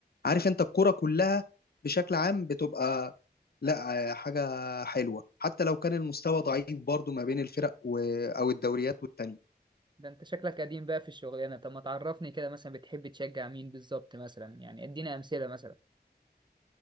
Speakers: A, on the left; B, on the right.
A: عارف انت الكرة كلها بشكل عام بتبقى لا حاجه حلوه حتى لو كان المستوى ضعيف برضو ما بين الفرق و... او الدوريات والتانية
B: ده انت شكلك قديم بقى في الشغلانه طب ما تعرفني كده مثلا بتحب تشجع مين بالظبط مثلا يعني ادينا امثله مثلا